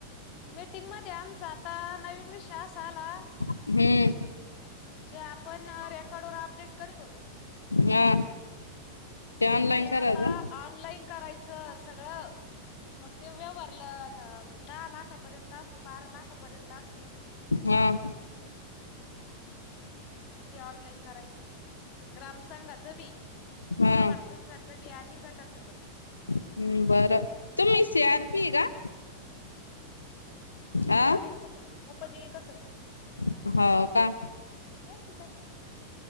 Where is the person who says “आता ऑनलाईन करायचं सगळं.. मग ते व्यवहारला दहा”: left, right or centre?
Left